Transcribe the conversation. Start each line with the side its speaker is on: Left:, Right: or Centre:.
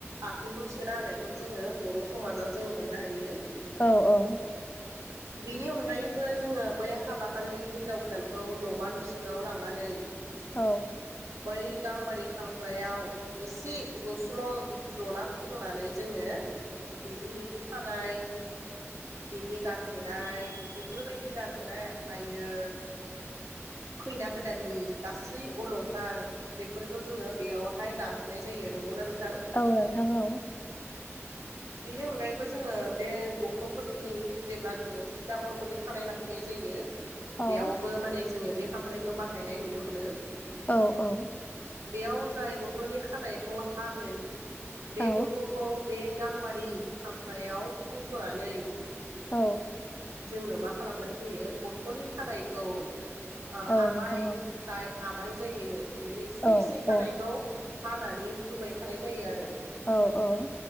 Right: आथिंखौ सोना हानायखौ जोङो बर' समाजाव जोङो मोननो हायो।
Left: औ औ।
Right: बेनि अनगायैबो जोङो बै हाबाखलि हिनजाव गोदानखौ न'मा न'सिङाव लांनानै
Left: औ।
Right: बै गांबारि खांख्लायाव एसे जस्ल' जना फज'नानै जोङो बेनि ननाय बिनि गान होनाय बेफोरबायदि गानहोनाय आायो
Left: <unintelligible>
Right: खैना गोदाननि गासै अलंखार बेफोरखौ जोङो बेयावहाय गानहोनाय जायो नोंगौना नों
Left: औ नोंथां औ।
Right: बेनि अनगायैबो जोङो बे गथ'फोरनि जेब्ला जोङो सिला गरमै खानाय लाखिनाय जायो
Left: औ
Right: बेयावबो
Left: औ
Right: माने जोङो बे खामफायखौ बाहायनाय नुनो मोनो।
Left: औ औ।
Right: बेयाव जाय गथ'नि खानायखौ हागोन
Left: औ
Right: बे गथ'खौ। बे गांबारि खामफ्लायाव फज'नानै।
Left: औ।
Right: जोङो मा खालामनाय जायो गथ'नि खानायखौ ओ
Left: औ
Right: आमाइ
Left: नोंथां औ
Right: जाय। आमाइ जायो बियो एसे
Left: औ
Right: एसे
Left: औ
Right: हानायखौ हानानै होबाय थानाय जायो आरो।
Left: औ औ।